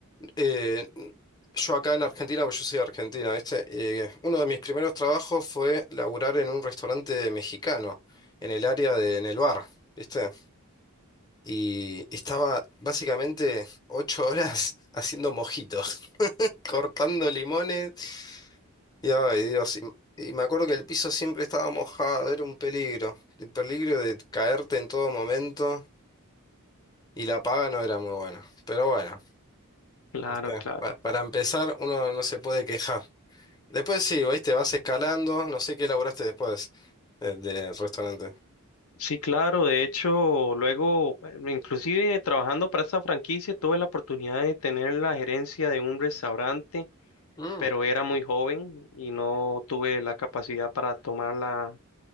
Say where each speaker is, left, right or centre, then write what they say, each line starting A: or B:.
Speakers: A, on the left; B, on the left.
A: Eh, yo acá en Argentina, porque yo soy de Argentina, ¿viste? Eh, uno de mis primeros trabajos fue laburar en un restaurante mexicano, en el área de, en el bar, ¿viste? Y estaba básicamente ocho horas <laughs> haciendo mojitos, cortando limones. Y ay, Dios, y, y me acuerdo que el piso siempre estaba mojado, era un peligro, el peligro de caerte en todo momento y la paga no era muy buena. Pero bueno,
B: Claro,
A: ¿viste?
B: claro.
A: Pa- para empezar, uno no se puede quejar. Después sí, ¿veis? Te vas escalando, no sé qué elaboraste después eh, del restaurante.
B: Sí, claro. De hecho, luego, eh, inclusive trabajando para esta franquicia, tuve la oportunidad de tener la gerencia de un restaurante,
A: Mm,
B: pero era muy joven y no tuve la capacidad para tomarla